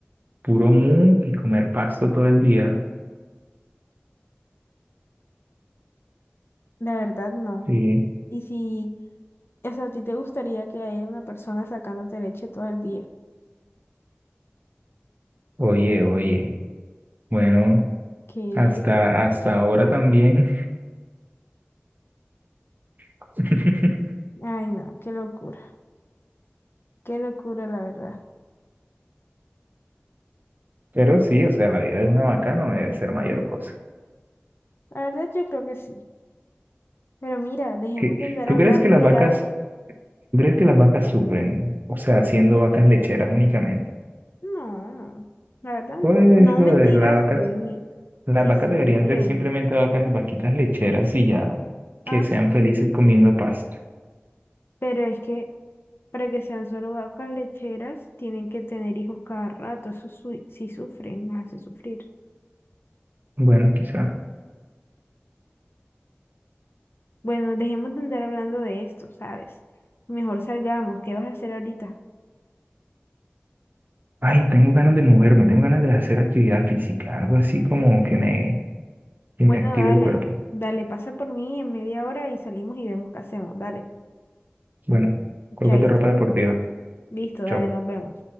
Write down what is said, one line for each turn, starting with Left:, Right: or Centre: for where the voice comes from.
Right: Puro mu y comer pasto todo el día.
Left: La verdad, no.
Right: Sí.
Left: Y si, o sea, a ti te gustaría que haya una persona sacándote leche todo el día.
Right: Oye, oye. Bueno,
Left: Que,
Right: hasta, hasta ahora también. <laughs>
Left: ay no, qué locura, qué locura la verdad.
Right: Pero sí, o sea, la vida de una vaca no debe ser mayor cosa.
Left: La verdad yo creo que sí. Pero mira, dejemos
Right: ¿Qué-
Left: de andar
Right: ¿Tú
Left: hablando
Right: crees que las
Left: ya.
Right: vacas ¿Tú crees que las vacas sufren? O sea, siendo vacas lecheras únicamente.
Left: No, no, la verdad no.
Right: Por eso
Left: No, mentira,
Right: de las vacas,
Left: sí,
Right: las
Left: sí
Right: vacas
Left: sufren.
Right: deberían ser simplemente vacas, vaquitas lecheras y ya, que
Left: Ah,
Right: sean
Left: s-
Right: felices comiendo pasto.
Left: pero es que para que sean solo vacas lecheras, tienen que tener hijos cada rato. Eso su- sí sufren, las hace sufrir.
Right: Bueno, quizá.
Left: Bueno, dejemos de andar hablando de esto, ¿sabes? Mejor salgamos. ¿Qué vas a hacer ahorita?
Right: Ay, tengo ganas de moverme, tengo ganas de hacer actividad física, algo así como que me, que
Left: Bueno,
Right: me active
Left: dale,
Right: el cuerpo.
Left: dale, pasa por mí en media hora y salimos y vemos qué hacemos. Dale,
Right: Bueno, colócate
Left: chaito.
Right: ropa deportiva.
Left: Listo, dale,
Right: Chao.
Left: nos vemos.